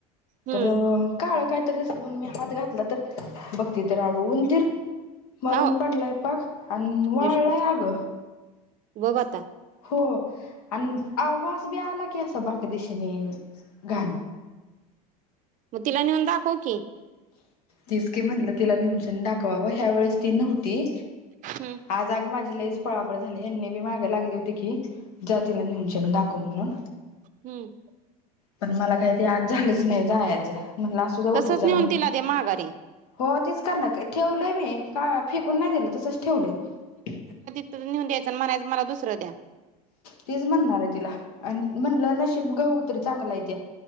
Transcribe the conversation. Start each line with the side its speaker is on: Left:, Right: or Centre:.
Right: हम्म
Left: तर काळ कायतरी दिसलं म्हण मी हात घातला तर बघ त तर राग उंदीर मरून
Right: आहो
Left: पडलाय पाक आणि वळलाय
Right: आई शप्पथ
Left: अग
Right: बघ अता
Left: हो आणि वास बी आला की असा बाक दिशेने घाण
Right: मग तिला नेऊन दाखव की
Left: तीच की म्हणलं तिला नेहनच्यानी दाखवावं ह्या वेळेस ती नव्हती
Right: हम्म
Left: आज अग माझी लईच पळापळ झाली हेनी बी मागं लागली होती की जातीला नेऊनशन दाखव म्हणून
Right: हम्म
Left: पण मला काहीतरी आज झालंच नाही जायचं म्हणलं असू द्या ऊद्याच्याला
Right: तसच नेऊन
Left: म्हलं
Right: तिला दे माघारी
Left: हो तेच करण ठेवलंय मी का फेकून नाही दिलं तसच ठेवलंय
Right: त नऊ द्यायच म्हणाय मला दुसंर द्या.
Left: तीच म्हणणार आहे तिला आणि म्हणलं नशीब गहू तरी चांगला आहे त्या